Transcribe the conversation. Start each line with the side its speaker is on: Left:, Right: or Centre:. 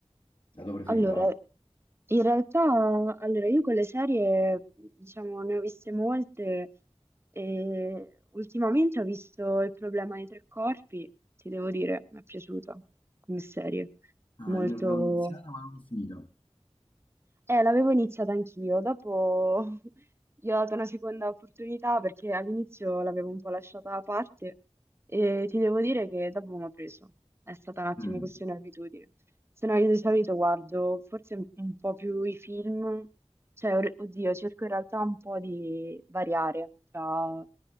Left: La tua preferita,
Right: Allora,
Left: va?
Right: in realtà, allora, io con le serie, diciamo, ne ho viste molte e ultimamente ho visto Il problema dei tre corpi, ti devo dire, mi è piaciuta come serie,
Left: Ah,
Right: molto,
Left: io l'ho iniziata ma non l'ho finita.
Right: eh, l'avevo iniziata anch'io, dopo <laughs> gli ho dato una seconda opportunità perché all'inizio l'avevo un po' lasciata da parte e ti devo dire che dopo mi ha preso. È stata un attimo
Left: Mm.
Right: questione di abitudine. Se no io di solito guardo forse un un po' più i film, cioè or- oddio, cerco in realtà un po' di variare tra